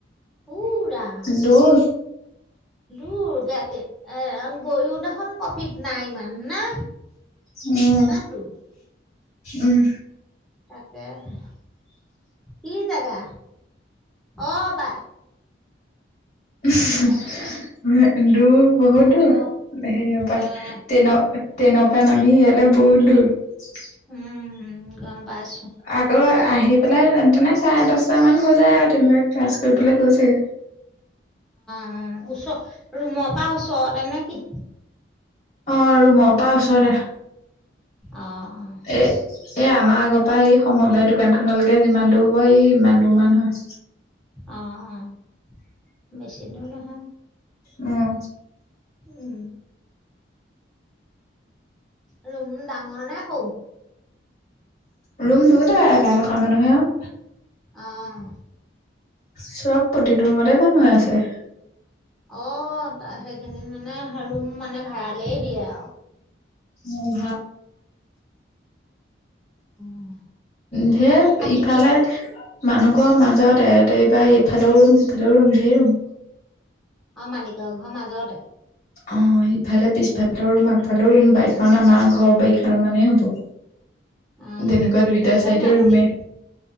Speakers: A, in the centre; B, on the left.
A: ও ৰাম।
B: দূৰ
A: দূৰ গাতি এ গৈ <unintelligible> দেখোন প্ৰকিত নাই ইমান না
B: উম,
A: ইমান দূৰ
B: উম।
A: হ <unintelligible> কি জেগা? অ', বা
B: কিন্তু <unintelligible>
A: তাকে
B: বহুত
A: হ'ব
B: দূৰ। সেয়াৰ পৰা,
A: আহ
B: ত্ৰেইনৰ-ত্ৰেইন ৰ পৰা। নামমি ইয়াল বহুত দূৰ <unintelligible>
A: উম
B: <inaudible>
A: উম, গম পাইছো
B: আকৌ আহি পেলাই, তে তেনে চাৰে দশটা মান হৈ যায়', আৰু তেনেকৈ ক্লাছ গৈ পেলাই, কৈছে।
A: অ', ওচ ৰুমৰ পৰা, ওচৰতে নে কি?
B: অ আৰু মই <unintelligible> তাৰ ওচৰে।
A: অ অ
B: এ, এ আমাৰ আগৰ পৰা এই সময় বাই, দোকানখনলৈকে যিমান দূৰ হব, ই ইমান দূৰ মান হয়।
A: অ। উ <unintelligible> বেছিদূৰ নহয়।
B: উম।
A: উম ৰুম ডাঙৰ নে সৰু?
B: ৰুম দুটা, এটা থকা মানুহে, আৰু
A: অহ',
B: চব প্ৰতিটোৰ মতে মানুহে আছে। এহ
A: অ সেইখিনিত মানে ৰুম মানে ভাড়ালেই দিয়ে আও,
B: উ ভাল।
A: অ
B: ধেৎ
A: থাকিবি
B: ইফালে মানুহ ঘৰৰ মাজত এইবাৰ এইফালেও ৰুম সেইফালেও ৰুম ধাই ৰুম
A: অ মালিকৰ ঘৰৰ মাজতে
B: অ ইফালে পিছফালেৰ ৰুম আগফালৰ ৰুম বাৰিখন আমাৰ ঘৰৰ বাৰখনৰ মানে হ'ব।
A: অ
B: তেনেকুৱা দুইটা
A: অ গৈছা
B: চাইডে
A: নাই
B: ৰুমে
A: মালিক